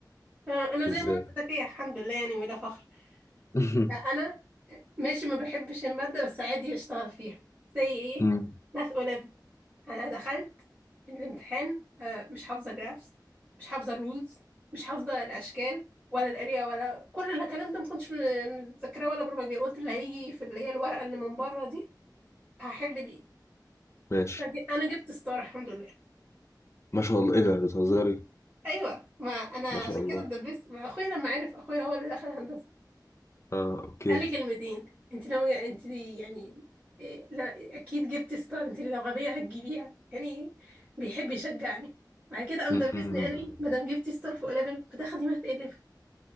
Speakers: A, on the right (about 25°); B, on the left (about 40°).
A: آه، انا زي
B: إزاي؟
A: ما قلت ذكيه الحمد لله يعني ولا فخر
B: <laughs>
A: آه، انا ماشي ما بحبش الماده بس عادي اشتغل فيها زي ايه
B: مم.
A: ماث 11 انا دخلت الامتحان آه، مش حافظه جرافس مش حافظه الرولز مش حافظه الاشكال ولا الاريا ولا كل الكلام ده ما كنتش م- متذكراه ولا بربع جنيه قلت اللي هيجي في اللي هي الورقه اللي من بره دي هحل بيه
B: ماشي
A: فدي- انا جبت ستار الحمد لله
B: ما شاء الله إيه ده بتهزري؟
A: ايوه ما انا عشان
B: ما شاء الله
A: كده اتدبست ما اخويا لما عرف اخويا هو اللي دخل هندسه
B: آه أوكي
A: قال لي كلمتين انت ناويه انت يعني إيه، لا اكيد جبتي ستار انت لو غبيه هتجيبيها يعني بيحب يشجعني بعد كده قام
B: مم.
A: دبسني قال لي ما دام جبتي ستار فوق ليفل ما تاخدي ماث ايه ليفل